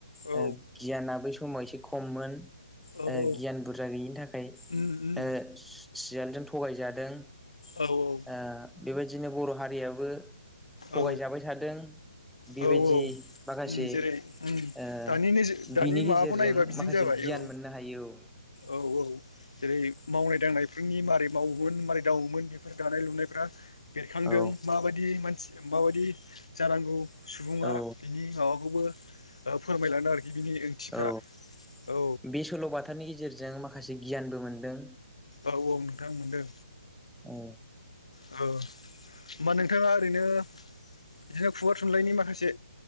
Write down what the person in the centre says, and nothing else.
ओ गियाना बै समाव एसे खममोन।
ओ
गियान बुरजा गैयिनि थाखाय
ओ सियालजों थगायजादों।
ओ बेबायदिनो बर' हारियाबो थगायजाबाय
थादों। बेबायदि
माखासे
ओ
बिनि गेजेरजों
माखासे
गि गियान
मोननो हायो औ।
औ
औ
औ
बे सल'बाथानि गेजेरजों माखासे गियानबो मोनदों।
औ।